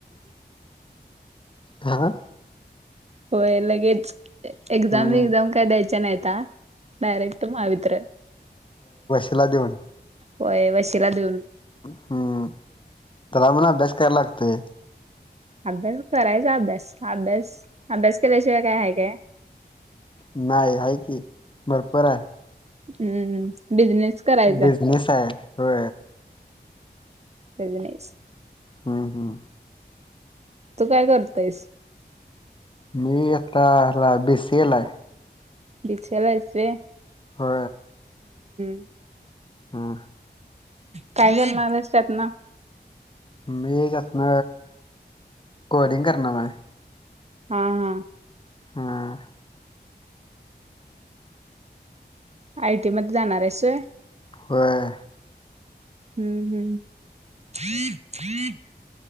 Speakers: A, on the left; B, on the right.
A: हा.
B: होय लगेच एक्झाम
A: हम्म
B: वक्झाम काय द्यायच्या नाहीता. डारक्ट महावितरण.
A: खिला देऊन.
B: होय वशीला देऊन.
A: हम्म तरमणा अभ्यास काराव लागतोय.
B: अभ्यास करायचा अभ्यास अभ्यास अभ्यास केल्याशिवाय काय आहे काय.
A: नाही आहे की भरपर आहे.
B: हम्म बिझनेस. करायचा
A: बिजनेस आहे हो.
B: बिजनेश.
A: हम्म हम्म.
B: तू काय करतोयस.
A: मी एताला बेसिलाय आहे.
B: दीक्षेला अससे.
A: हो.
B: ह <unintelligible>
A: हा.
B: काय करलणारच त्यात न.
A: मी असतन कोडिंग करनार आय.
B: हा हा.
A: हम्म.
B: आयटी मध्ये जाणारेस होय.
A: व्हय.
B: हम्म हम्म.